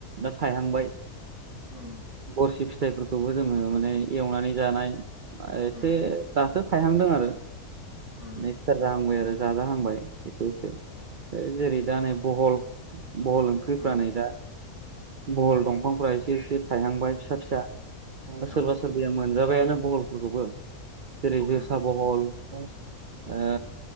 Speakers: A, on the right; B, on the left.
A: दा थायहांबाय
B: ओम
A: गरसि फिथाइफोरखौबो जोङो माने एवनानै जानाय एसे
B: उम
A: दासो थायहांदों आरो
B: उम
A: सिथार जाहांबाय आरो जाजाहांबाय एसे एसे
B: औ
A: जेरै दा नै बहल बहल ओंख्रिफ्रा
B: उम
A: नै दा बहल दंफांफोरा एसे एसे थायहांबाय फिसा फिसा
B: औ
A: सोरबा सोरबाया मोनो। मोनजाबायानो बहलफोरखौबो जेरै
B: उम
A: जोसा बहल ओ